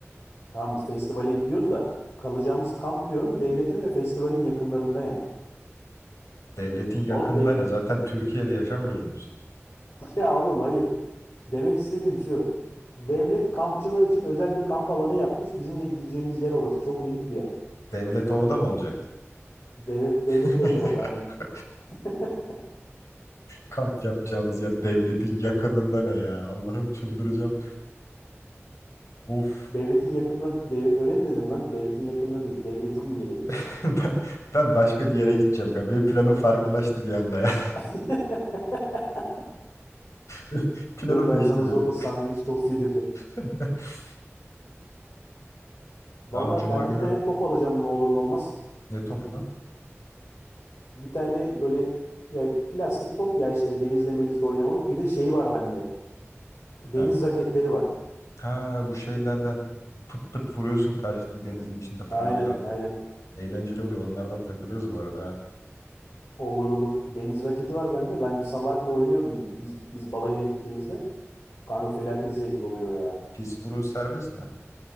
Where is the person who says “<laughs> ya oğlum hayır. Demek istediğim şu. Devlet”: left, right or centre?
Left